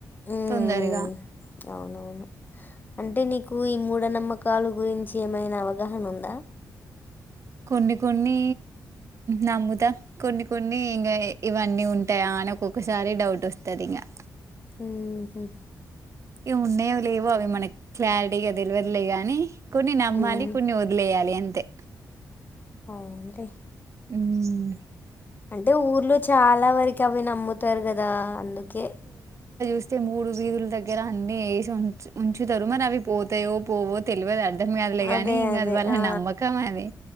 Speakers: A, on the left; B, on the right.
A: హ్మ్.
B: తొందరగా
A: అవునవును అంటే నీకు ఈ మూఢనమ్మకలు గురించి ఏమైనా అవగాహన ఉందా
B: కొన్ని కొన్ని నమ్ముతా కొన్ని కొన్ని ఇంకా ఇవన్నీ ఉంటాయా మనకి ఒక్కసారి డౌట్ వస్తాది ఇంకా
A: ఉహు
B: ఏ ఉన్నాయో లేవో అవి మనకి క్లారిటీగా తెలివద్లే గాని కొన్ని నమ్మాలి
A: హ్మ్.
B: కొన్ని వదిలేయాలి అంతే
A: అవును లే
B: ఉను
A: అంటే ఊర్లో చాలా వరకు అవి నమ్ముతారు కదా అందుకే
B: వస్తే మూడు వీధుల దగ్గర అన్ని వేసి ఉ ఉంచుతారు మరి అవి పోతాయో పోవో తెలివద అర్ధం కాదులే
A: అదే
B: కాని ఇంక
A: అదే
B: అది వాళ్ల
A: ఆ
B: నమ్మకం అది